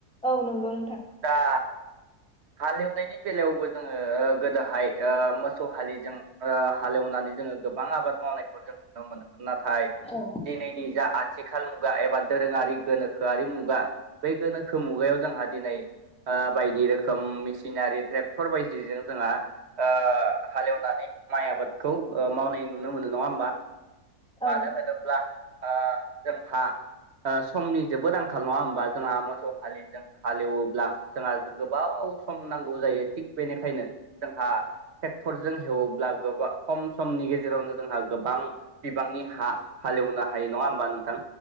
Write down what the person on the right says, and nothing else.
दा हालेवनायनि बेलायावबो जोङो गोदोहाय ओ मोसौ हालिजों ओ हालेवनानै जोङो गोबां आबाद मावनायखौ जों नुनो मोनोमोन नाथाय
दिनैनि जा आथिखाल मुगा एबा दोरोङारि गोनोख गखोआरि मुगा बेै गोनोखो मुगायाव जोंहा दिनै ओ बायदि रोखोम मेसिनारि ट्रेक्टर बायदिजों जोंहा ओ हालेवनानै माइ आबादखौ मावनाय नुनो मोनो नङा होमबा
मानो होनोब्ला ओ जोंहा ओ समनि जेबोद आंखाल नङा होमबा जोंहा मोसौ हालिजों हालेवोब्ला जोंहा गोबाव सम नांगौ जायो थिग बेनिखायनो जोंहा ट्रेक्टरजों हेवोब्ला गोबां खम समनि गेजेरावनो जोंहा गोबां बिबांनि हा हालेवनो हायो नङा होमबा नोंथां